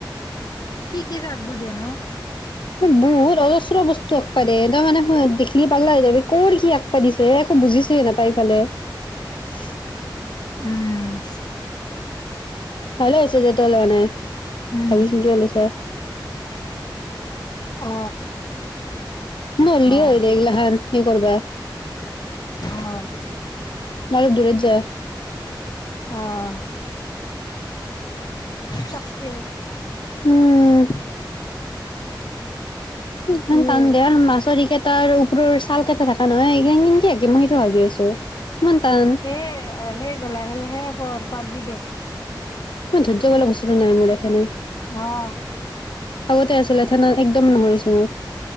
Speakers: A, on the left; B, on the left.
A: কি কি আঁকিব দিযেন।
B: বহুত অজস্ৰ বস্তু আঁকিব দিয়ে এ তই মানে দেখি পাগল হৈ যাবি কি আকিব দিছে একো বুজিছে নাপায়। চাৰিফালে উ <unintelligible>
A: উম
B: ভালে হৈছে যে তই লোৱা নাই
A: উম
B: ভাবি চিন্তিয়ে লৈছা
A: অ
B: নললেও
A: অ',
B: হৈ দে। এইগিলা হান কি কৰিবা।
A: অ',
B: অলপ দূৰত যা
A: অ'। তাকে
B: উম সান
A: সিয়ে
B: তান দিয়া মাছৰিকত তাৰ ওপৰ চাল কেইটা থাক নহয় কেনে আকে মই সিতো ভাবি আছো। ইমান টান
A: সেই সেই লাহে লাহে। কৰ পাৰিবি দে
B: মই ধৈয্য বোলা বস্তুতটো নাই মোৰ এখনে
A: অ',
B: আগতে আছিলে এতিয়া একদম কয় দম উম